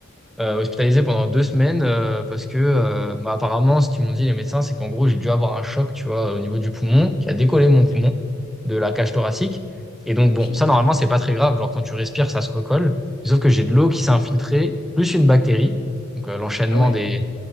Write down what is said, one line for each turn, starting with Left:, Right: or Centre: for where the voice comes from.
Centre: euh, hospitalisé pendant deux semaines euh, parce que, euh, bah, apparemment, ce qu'ils m'ont dit les médecins, c'est qu'en gros, j'ai dû avoir un choc, tu vois, au niveau du poumon, qui a décollé mon poumon
Left: Ok.
Centre: de la cage thoracique. Et donc,
Left: Ah ouais,
Centre: bon,
Left: punaise.
Centre: ça, normalement, c'est pas très grave. Genre, quand tu respires, ça se recolle. Sauf que j'ai de l'eau qui s'est infiltrée, plus une bactérie. Donc, euh, l'enchaînement
Left: Ah ouais,
Centre: des,